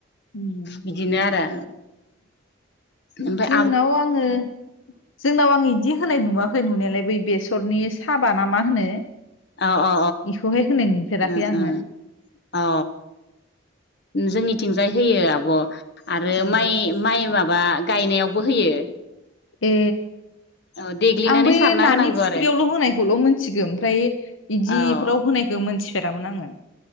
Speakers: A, on the left (about 80°); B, on the left (about 55°).
A: उम
B: बिदिनो आरो ओमफाय
A: नाव आङो जोंनाव आङो इदि होनाय नुखै नुनायाला मोनलाय बै बेसरनि साबा ना मा होनो
B: औ औ औ
A: इखौहाय होनाय नुफेराखै
B: ओ
A: आङो
B: ओ अ जोंनिथिं जाय होयो आब' आरो
A: ए
B: माइ माइ मा बा गायनायावबो होयो।
A: ए
B: औ देग्लिनानै
A: आं बै
B: सारना
A: नानि
B: होनांगौ
A: फुख्रियावल'
B: आरो
A: होनायखौल' मोनथिगो ओमफ्राय इदिफोराव
B: औ
A: होनायखौ मोनथि फेरामोन आङो।